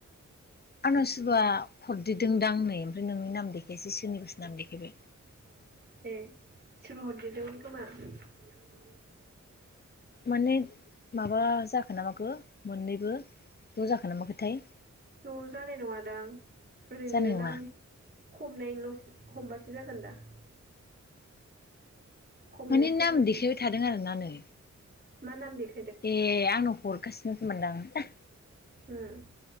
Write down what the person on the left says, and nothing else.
आंनावसोबाव हरदेरदोंदां <unintelligible>
देखायबाय
माने माबा जाखो ना माखो मोननैबो ज' जाखो ना माखोथाय
जानाय नङा
माने नाम
देखायबाय
थादों आरो ना नै
ए आंनाव हरगासिनोसो मोनदां ।